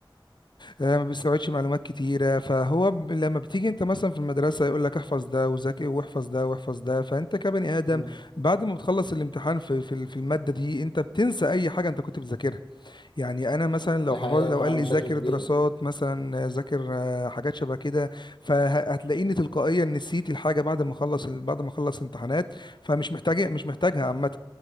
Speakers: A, on the left (about 60°); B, on the left (about 80°).
A: آه، ما بيستوعبش معلومات كتيره فهو ب- لما بتيجي انت مثلا في المدرسه يقول لك احفظ ده وذاكر واحفظ ده واحفظ ده فانت كبني ادم
B: مم.
A: بعد ما بتخلص الامتحان في في في الماده دي انت بتنسى اي حاجه انت كنت بتذاكرها يعني انا مثلا لو
B: دي
A: حفظ
B: حقيقة
A: لو
B: فعلا
A: قال لي
B: بشكل
A: ذاكر
B: كبير
A: دراسات مثلا آه، ذاكر آه، حاجات شبه كده فهتلاقيني تلقائيا نسيت الحاجه بعد ما اخلص بعد ما اخلص امتحانات فمش محتاج مش محتاجها عامه